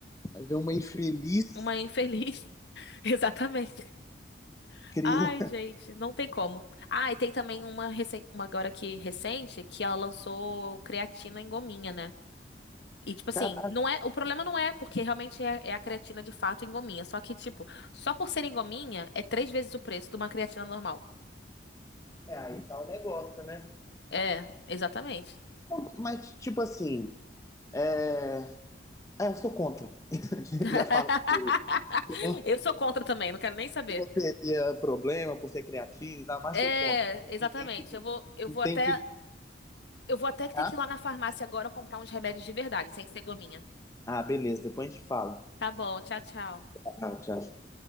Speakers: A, on the left (about 15°); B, on the left (about 70°).
A: aí vem uma infeliz
B: uma infeliz. <laughs> Exatamente.
A: cria.
B: Ai, gente, não tem como. Ah, e tem também uma, recen- uma agora que recente que ela lançou creatina em gominha, né? E tipo assim,
A: Caralho.
B: não
A: <laughs>
B: é, o problema não é porque realmente é, é a creatina de fato em gominha, só que tipo, só por ser em gominha é três vezes o preço de uma creatina normal.
A: É, aí tá o negócio, né?
B: É, exatamente.
A: Não, Mas, tipo assim, é... é, eu sou contra. <laughs>
B: <laughs>
A: Ia falar que, que não,
B: Eu sou contra também, não quero nem saber.
A: não teria problema por ser criativo e tal, mas
B: É,
A: sou contra.
B: exatamente.
A: Não tem que,
B: Eu vou, eu
A: não
B: vou
A: tem
B: até,
A: que.
B: eu vou até ter
A: Ah,
B: que ir lá na farmácia agora comprar uns remédios de verdade, sem ser gominha.
A: ah, beleza, depois a gente fala.
B: Tá bom, tchau, tchau.
A: Tchau, tchau.